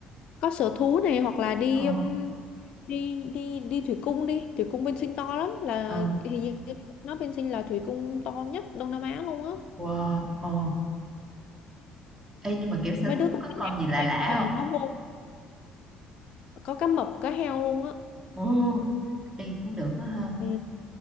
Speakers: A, on the left; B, on the right.
A: có sở thú này hoặc là đi
B: ờ
A: um, đi đi đi thủy cung đi thủy cung bên Sinh to lắm là
B: ờ
A: hình như nó bên Sinh là thủy cung to nhất Đông Nam Á luôn á
B: wow ờ Ê, nhưng mà kiểu sở
A: mấy
B: thú
A: đứa con
B: có
A: nít
B: con
A: em
B: gì
A: nghĩ
B: lạ lạ
A: là
B: không
A: nó vô có cá mập cá heo luôn á
B: ồ Ê, cũng được quá ha
A: ừ.